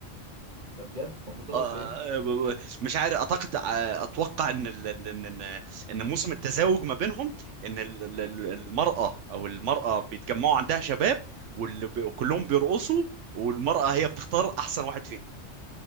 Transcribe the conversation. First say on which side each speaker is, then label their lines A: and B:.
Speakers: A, on the right (about 40°); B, on the right (about 80°).
A: ده بجد طب بترقص
B: آه،
A: ليه؟
B: مش عارف اعتقد آه، اتوقع ان ال- ان ان ان موسم التزاوج ما بينهم ان ال- ال- ال- المراه او المراه بيتجمعوا عندها شباب واللي بي- وكلهم بيرقصوا والمراه هي بتختار احسن واحد فيهم